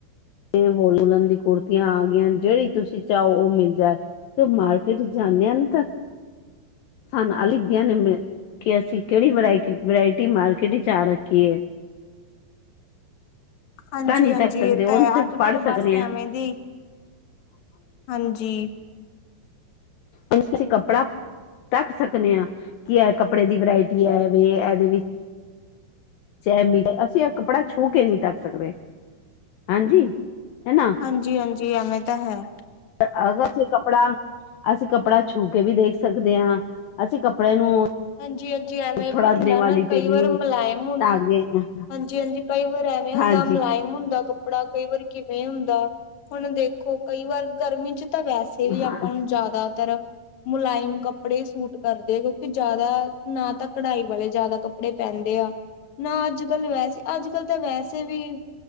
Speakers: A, on the left; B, on the left.
A: ਵਲ ਵੁਲਣ ਦੀ ਕੁੜਤੀਆਂ ਆ ਗਈਆਂ ਜਿਹੜੀ ਤੁਸੀਂ ਚਾਹੋ ਉਹ ਮਿਲ ਜਾਏ ਤੇ ਮਾਰਕਕੇਟ ਜਾਣ ਤਾਂ ਸਾਨ ਅਲਖ ਦੀਆਂ ਨੇ ਕਿ ਅਸੀਂ ਕਿਹੜੀ ਵਰਾ ਵਰਾਇਟੀ ਮਾਰਕੀਟ ਵਿਚ ਆ ਰੱਖੀਏ
B: ਹਾਂਜੀ
A: ਤਾਂ ਨਹੀਂ
B: ਹਾਂਜੀ
A: ਤੱਕ ਸਕਦੇ
B: ਇਹ ਤਾਂ
A: ਉਹਨੂੰ
B: ਹੈ
A: ਸਿਰਫ
B: ਅੱਜ
A: ਪੜ੍ਹ
B: ਕੱਲ ਬਸ
A: ਸਕਦੇ ਹਾਂ
B: ਐਵੇਂ ਦੀ ਹਾਂਜੀ
A: ਉਂਜ ਕਿਸੀ ਕੱਪੜਾ ਦਖ ਸਕਦੇ ਆ ਕਿ ਇਹ ਕੱਪੜੇ ਦੀ ਵਰਾਇਟੀ ਹੈ ਵ ਇਹਦੇ ਵਿੱਚ ਇਹ ਮੀਟਰ ਅਸੀਂ ਇਹ ਕੱਪੜਾ ਛੂਹ ਕੇ ਨਹੀਂੀ ਤਕ ਸਕਦੇ ਹਾਂਜੀ ਹੈ ਨਾ
B: ਹਾਂਜੀ ਹਾਂਜੀ ਐਵੇਂ ਤਾਂ ਹੈ
A: ਅਗਰ ਅਸੀਂ ਕੱਪੜਾ ਅਸੀਂ ਕੱਪੜਾ ਛੂ ਕੇ ਵੀ ਦੇਖ ਸਕਦੇ ਹਾਂ ਅਸੀਂ ਕੱਪੜੇ ਨੂੰ
B: ਹਾਂਜੀ ਹਾਂਜੀ ਐਵੇਂ
A: ਥੋੜਾ
B: ਵੀ ਹੁੰਦਾ
A: ਦੇਣੇ ਵਾਲੀ
B: ਨਾ ਕਈ
A: ਤੇ ਨੀ
B: ਵਾਰ ਮੁਲਾਇਮ ਹੁੰ
A: <unintelligible>
B: ਹਾਂਜੀ ਹਾਂਜੀ ਕਈ ਵਾਰ ਐਵੇਂ ਹੁੰਦਾ
A: ਹਾਂਜੀ
B: ਮੁਲਾਇਮ ਹੁੰਦਾ ਕੱਪੜਾ ਕਈ ਵਾਰ ਕਿਵੇਂ ਹੁੰਦਾ ਹੁਣ ਦੇਖੋ ਕਈ ਵਾਰ ਗਰਮੀ ਚ ਤਾਂ ਵੈਸੇ ਵੀ ਆਪਾਂ
A: ਹਾਂ
B: ਨੂੰ ਜ਼ਿਆਦਾਤਰ ਮੁਲਾਇਮ ਕੱਪੜੇ ਸੂਟ ਕਰਦੇ ਜ਼ਿਆਦਾ ਨਾ ਤਾਂ ਕਢਾਈ ਵਾਲੇ ਜ਼ਿਆਦਾ ਕੱਪੜੇ ਪੈਂਦੇ ਆ ਨਾ ਅੱਜ ਕੱਲ ਵੈਸੇ ਅੱਜ ਕੱਲ ਤਾਂ ਵੈਸੇ ਵੀ